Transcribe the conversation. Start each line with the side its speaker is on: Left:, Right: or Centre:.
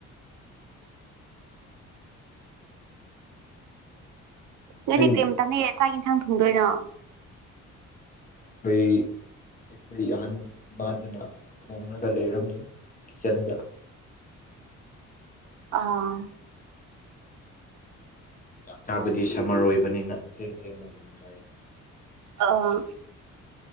Right: ꯅꯪꯗꯤ
Left: ꯑꯩ
Right: ꯀꯔꯤ ꯃꯇꯝꯗꯒꯤ ꯆꯥꯛ ꯌꯦꯟꯁꯥꯡ ꯊꯣꯡꯗꯣꯏꯅꯣ
Left: <unintelligible> ꯑꯩꯈꯣꯏ ꯑꯍꯟ ꯏꯃꯥꯗꯨꯅ ꯊꯣꯡꯔꯒ ꯂꯩꯔꯝꯃꯤ ꯀꯤꯠꯆꯟꯗ
Right: ꯑꯥ
Left: ꯆꯥꯛ ꯆꯥꯕꯗꯤ ꯁꯝꯃꯔ ꯑꯣꯏꯕꯅꯤꯅ ꯊꯦꯡ ꯊꯦꯡꯅ ꯑꯗꯨꯝ ꯆꯥꯏ
Right: ꯑꯥ